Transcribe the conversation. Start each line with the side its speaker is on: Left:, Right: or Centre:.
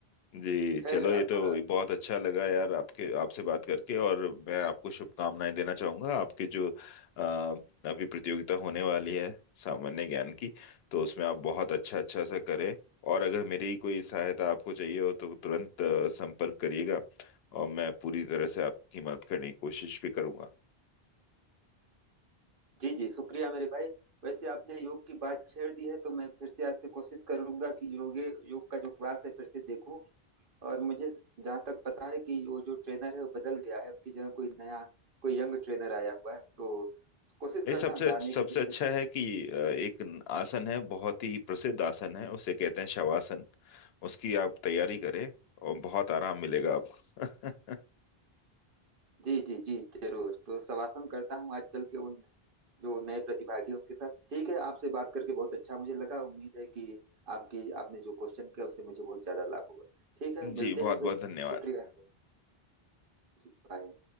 Left: जी
Right: खैर
Left: चलो ये
Right: अब
Left: तो बहुत अच्छा लगा यार आपके आपसे बात करके और मैं आपको शुभकामनाएं देना चाहूंगा आपके जो अ, अभी प्रतियोगिता होने वाली है सामान्य ज्ञान की तो उसमें आप बहुत अच्छा अच्छा सा करें और अगर मेरी कोई सहायता आपको चाहिए हो तो तुरंत अ, संपर्क करिएगा और मैं पूरी तरह से आपकी मदद करने की कोशिश भी करूंगा
Right: जी जी शुक्रिया मेरे भाई वैसे आपने योग की बात छेड़ दी है तो मैं फिर से आज से कोशिश करूंगा कि योगे योग का जो क्लास है फिर से देखूं और मुझे जहां तक पता है कि वो जो ट्रेनर है वो बदल गया है उसकी जगह कोई नया कोई यंग ट्रेनर आया हुआ है तो कोशिश
Left: ये
Right: करता
Left: सबसे
Right: हूँ जाने
Left: सबसे
Right: की जिससे
Left: अच्छा है कि अ, एक न- आसन है बहुत ही प्रसिद्ध आसन है उसे कहते हैं शवासन उसकी आप तैयारी करें और बहुत आराम मिलेगा आपको <laughs>
Right: जी जी जी जरूर तो शवासन करता हूँ आज चल के उन जो नए प्रतिभागी हैं उनके साथ ठीक है आपसे बात करके बहुत अच्छा मुझे लगा उम्मीद है कि आपकी आपने जो क्वेश्चन किया उससे मुझे बहुत ज्यादा लाभ हुआ ठीक है मिलते
Left: जी बहुत
Right: हैं
Left: बहुत
Right: फिर
Left: धन्यवाद
Right: शुक्रिया जी बाय